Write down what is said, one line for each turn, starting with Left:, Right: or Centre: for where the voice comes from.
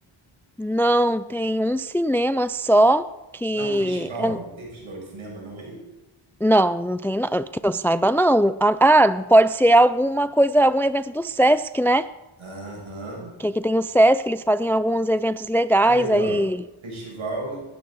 Centre: Não, tem um cinema só que
Right: Não, festival,
Centre: é-
Right: não tem festival de cinema não aí?
Centre: não, não tem, não, que eu saiba não. Ah, ah, pode ser alguma coisa, algum evento do Sesc, né?
Right: Aham.
Centre: Que aqui tem o Sesc, eles fazem alguns eventos legais
Right: Aí,
Centre: aí.
Right: ó, Festival